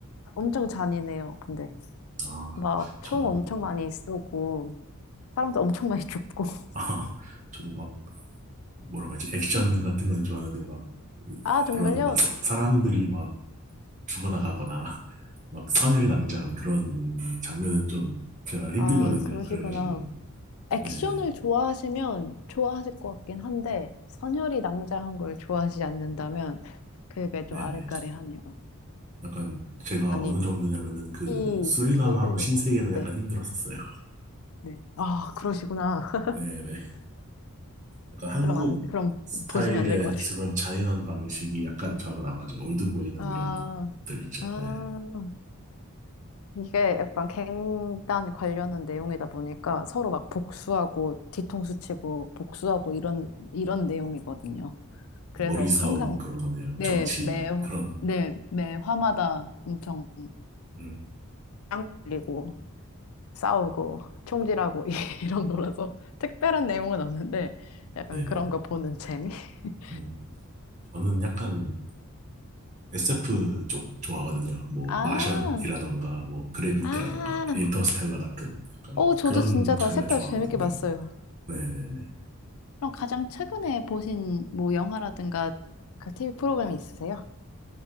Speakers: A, on the left (about 70°); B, on the right (about 35°).
A: 엄청 잔인해요. 근데
B: 아,
A: 막 총
B: 저는,
A: 엄청 많이 쏘고. 사람들 엄청 많이 죽고. <laughs>
B: 아, 저도 막, 뭐라고 하지, 액션 같은 건 좋아하는데, 막,
A: 아, 정말요?
B: 그런, 막, 서- 사람들이 막 죽어나가거나, <laughs> 막, 선혈이 낭자한 그런 장면은 좀 제가 힘들거든요.
A: 아, 그러시구나.
B: 그래가지고,
A: 액션을
B: 네네.
A: 좋아하시면 좋아하실 것 같긴 한데, 선혈이 낭자한 걸 좋아하시지 않는다면, 그게 좀
B: 네네.
A: 아랫가리하네요.
B: 약간, 제가
A: 아니,
B: 어느 정도냐면은, 그,
A: 피,
B: 수리남하고
A: 피 흘리고.
B: 신세계도
A: 네,
B: 약간 힘들었었어요.
A: 네. 아, 그러시구나. <laughs>
B: 네네. 약간 한국
A: 그럼 안, 그럼
B: 스타일의
A: 보시면 안 될 것 같아요.
B: 그런 잔인한 방식이 약간 저하고는 안 맞아요. 올드보이나
A: 아,
B: 이런 것들 있죠.
A: 아.
B: 네.
A: 이게 약간 갱단 관련한 내용이다 보니까 서로 막 복수하고 뒤통수 치고 복수하고 이런, 이런 내용이거든요. 그래서
B: 머리 싸움
A: 항상
B: 그런 거네요.
A: 네,
B: 정치
A: 매,
B: 그런.
A: 네, 매 화마다 엄청
B: 음,
A: 짱 걸리고 싸우고 총질하고 <laughs> 이런 거라서 특별한 내용은 없는데 약간
B: 네네.
A: 그런 거 보는 재미? <laughs>
B: 음. 저는 약간 SF 쪽 좋아하거든요. 뭐
A: 아,
B: 마션이라던가 뭐 그래비티라던가
A: 아,
B: 인터스텔라 같은 약간
A: 어, 저도
B: 그런
A: 진짜 다
B: 장르
A: 셋 다
B: 좋아하거든요.
A: 재밌게 봤어요.
B: 네네네.
A: 그럼 가장 최근에 보신 뭐 영화라든가 그 TV 프로그램이 있으세요?